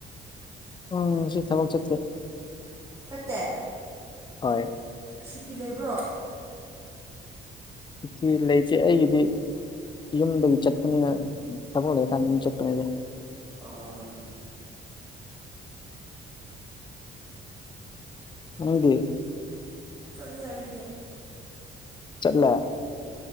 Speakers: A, on the left; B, on the right.
A: ꯎꯝ ꯃꯁꯤꯁꯤꯠ ꯊꯕꯣꯛ ꯆꯠꯠꯇꯦ
B: ꯁꯠꯇꯦ
A: ꯍꯣꯏ
B: ꯁꯨꯀꯤ ꯂꯩꯕ꯭ꯔꯣ
A: ꯍꯧꯛꯇꯤ ꯂꯩꯇꯦ ꯑꯩꯒꯤꯗꯤ ꯌꯨꯝꯗꯒꯤ ꯆꯠꯄꯅꯤꯅ ꯊꯕꯛ ꯂꯩꯔꯀꯥꯟꯗ ꯑꯗꯨꯝ ꯆꯠꯄꯅꯦꯗ
B: ꯑꯣ
A: ꯎꯪꯗꯤ
B: ꯆꯠꯂꯦ ꯍꯥꯏꯗꯤꯦ
A: ꯆꯠꯂ